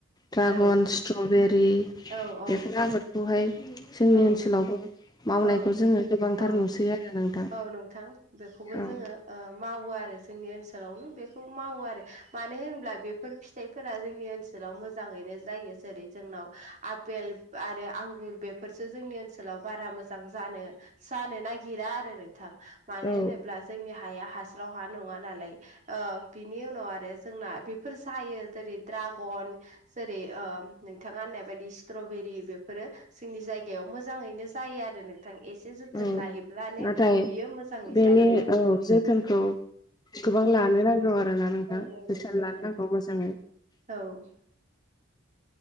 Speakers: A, on the left (about 20°); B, on the right (about 35°).
A: ड्रागन
B: औ
A: स्ट्रबेरि
B: औ औ
A: बेफोर आबादखौहाय जोंनि
B: औ
A: ओनसोलावबो मावनायखौ
B: औ
A: जोङो गोबांथार
B: औ
A: नुसै आरो नोंथां।
B: औ नोंथां बेखौबो
A: औ
B: जोङो मावो आरो जोंनि ओनसोलावनो बेखौ मावो आरो मानो होनब्ला बेफोर फिथाइ फोरा जोंनि ओनसोलाव मोजाङैनो जायो जेरै जोंनाव आपेल आरो आंगुर बे फोरसो जोंनि ओनसोलाव बारा मोजां जानो जानो नागिरा आरो आरो नोंथां मानो
A: औ
B: होनोब्ला जोंनि हाया हास्राव हा नङा नालाय बिनि उनाव आरो जोंना बेफोर जायो जेरै ड्रागन जेरै नोंथाङा होननाय बायदि स्ट्रबेरि बे बेफोरो जोंनि जायगायाव मोजाङैनो जायो आरो नोंथां एसे जोथोन
A: औ
B: लायोब्लानो
A: नाथाय
B: बियो मोजाङै
A: बेनि
B: जायो आरो
A: औ जोथोनखौ गोबां
B: औ
A: लानो नांगौ औ आरोना नोंथां
B: औ औ नंगौ
A: जोथोन
B: नोंथां
A: लानो नांगौ मोजाङै
B: औ